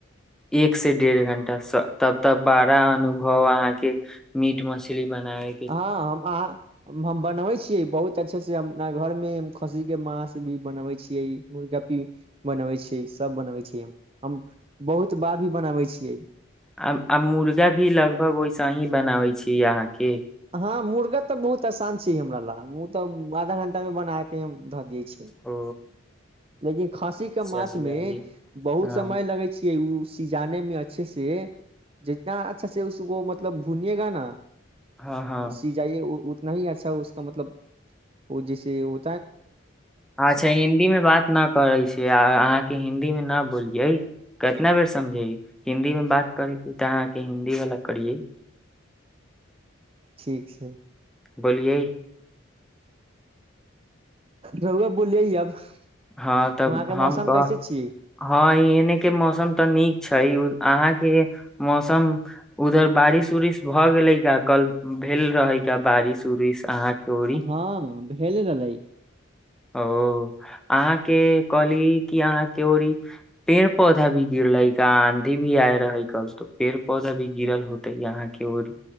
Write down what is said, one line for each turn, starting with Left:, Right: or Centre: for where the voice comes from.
Centre: एक से डेढ़ घंटा तब तब बड़ा अनुभव अहाँके मीट मछली बनाए
Right: हँ हम अहां हम बनबै छियै बहुत अच्छे से अपना घर मे खस्सी के माछ भी बनबै छियै मुर्गा पी बनबै छीियै सब बनाबै छीिय हम बहुत बार भी बनाबै छियै
Centre: आ आ मुर्गा भी लगभग ओहिसे ही बनाबै छी अहाँ के
Right: हँ मुर्गा तऽ बहुत आसान छै हमरा ल ओ तऽ आधा घंटा मे बना के हम धऽ दिये छै
Centre: ओ
Right: लेकिन खासी के मास
Centre: चलियै
Right: मे
Centre: आइए
Right: बहुत
Centre: हँ
Right: समय लगै छिये ओ सिजाने मे अच्छे से जितना अच्छा से उसको मतलब भुनएगा न
Centre: हँ हँ
Right: सी जाइए उतना ही अच्छा उसका मतलब ओ जैसे ओ <inaudible>
Centre: अच्छा हिन्दी मे बात न करै छै आ अहाँकेँ हिन्दी मे नऽ बोलियै केतना बेर समझेयै हिन्दी मे बात करेके तऽ अहाँकेँ हिन्दी वाला करिये
Right: ठिक छै
Centre: बलियै
Right: रउआ बोलियै अब वहा
Centre: हँ तब हम
Right: केँ मौसम
Centre: कह
Right: कैसे छियै
Centre: हँ एने केँ मौसम तऽ नीक छै अहाँकेँ मौसम उधर बारिश उरिश भऽ गेले का कल भेल रहे का बारिश उरिश अहाँके ओरी
Right: हँ भेले रहलै
Centre: ओ अहाँकेँ कहली की अहाँकेँ ओरी पेड़ पौधा भि गिरलै का आंधी भी आयल रहै कल तो पेड़ पौधा भी गिरल हो तैय आहाँकेँ ओरी